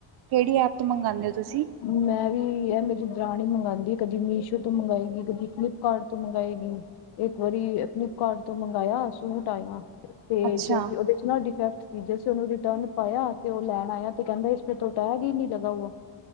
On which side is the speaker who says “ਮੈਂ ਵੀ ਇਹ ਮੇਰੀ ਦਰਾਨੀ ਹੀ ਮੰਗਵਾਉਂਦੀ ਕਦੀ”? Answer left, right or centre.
Left